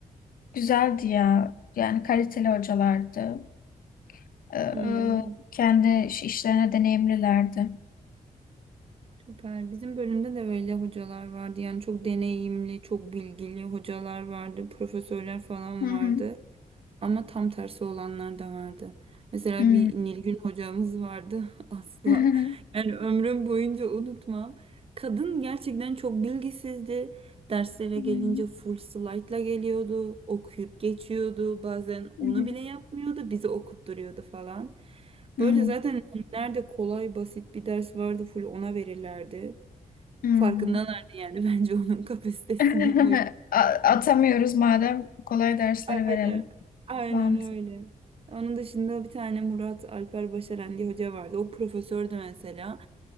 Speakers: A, on the left; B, on the right.
A: Güzeldi ya. Yani kaliteli hocalardı. Ee,
B: Hmm.
A: kendi iş- işlerine deneyimlilerdi.
B: Süper. Bizim bölümde de öyle hocalar vardı. Yani çok deneyimli, çok bilgili hocalar vardı, profesörler falan
A: Hı hı.
B: vardı. Ama tam tersi olanlar da vardı. Mesela
A: Hmm.
B: bir Nilgün hocamız vardı <laughs> asla.
A: <laughs>
B: Yani ömrüm boyunca unutmam. Kadın gerçekten çok bilgisizdi. Derslere
A: Hmm.
B: gelince full slide'la geliyordu. Okuyup geçiyordu. Bazen
A: Hmm.
B: onu bile yapmıyordu. Bizi okutturuyordu falan.
A: Hmm.
B: Böyle zaten nerede kolay basit bir ders vardı full ona verirlerdi.
A: Hmm.
B: Farkındalardı yani <laughs> bence onun kapasitesinin
A: <laughs>
B: o
A: A- Atamıyoruz madem kolay dersleri
B: Aynen,
A: verelim.
B: aynen
A: Mantık.
B: öyle. Onun dışında bir tane Murat Alper Başaran diye hoca vardı. O profesördü mesela.